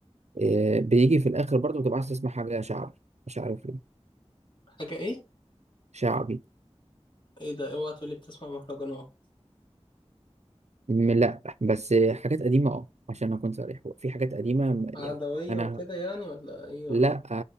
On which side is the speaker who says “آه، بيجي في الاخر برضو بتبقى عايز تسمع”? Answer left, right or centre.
Right